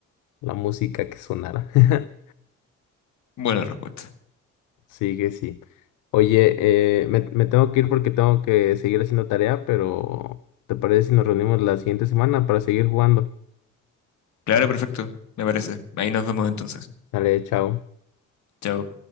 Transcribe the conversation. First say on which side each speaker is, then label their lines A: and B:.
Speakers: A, on the left; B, on the left.
A: la música que sonara. <laughs>
B: Buena respuesta.
A: Sí que sí. Oye, eh, me, me tengo que ir porque tengo que seguir haciendo tarea, pero ¿te parece si nos reunimos la siguiente semana para seguir jugando?
B: Claro, perfecto. Me parece. Ahí nos vemos entonces.
A: Dale, chao.
B: Chao.